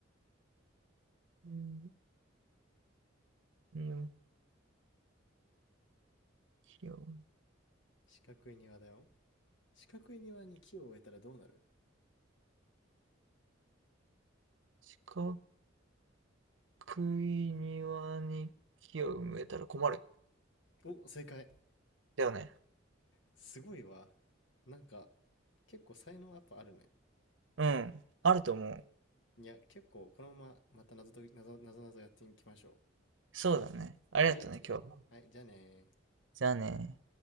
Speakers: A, on the right; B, on the left.
A: うん、の木を、
B: 四角い庭だよ。四角い庭に木を植えたらどうなる
A: 四角い庭に木を埋めたら困る。
B: お、正解。
A: だよね。
B: すごいわ。なんか、結構才能やっぱあるね。
A: うん。あると思う。
B: いや、結構、このまままた謎と、謎、謎々やっていきましょ
A: そうだね。ありがとうね、
B: う。ありがとね。
A: 今日は。
B: はい、じゃあね
A: じゃあね。